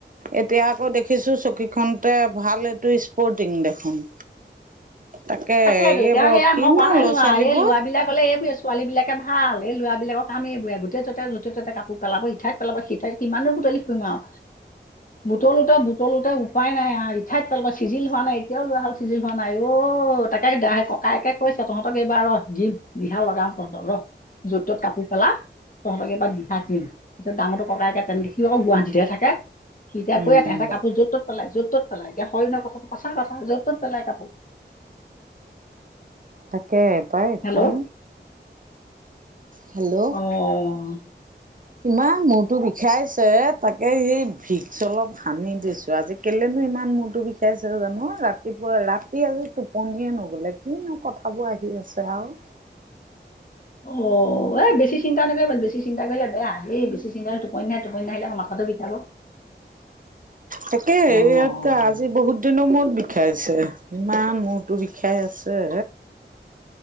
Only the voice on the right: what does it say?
এতিয়া আকৌ দেখিছোঁ, চকীখনতে। ভাল এইটো, স্পৰ্টিং দেখোন! তাকে, <unintelligible>
কিনো
ল'ৰা-
ছোৱালীবোৰ।
উম
তাকে, পায় এখন।
হেল্ল'
ইমান মূৰতো বিষাইছে! তাকে এই, ভিক্স অলপ সানি দিছোঁ। আজি, কেলেনো ইমান মূৰটো বিষাইছে জানোঁ! ৰা ৰাতিপুৱা, ৰাতি আজি টোপনিয়ে নগ'লে, কিনো কথাবোৰ আহি আছে আৰু!
তাকে,
ইয়াত আজি, বহুত দিনৰ মূৰত বি বিখাইছে ইমান মূৰতো বিষাই আছে।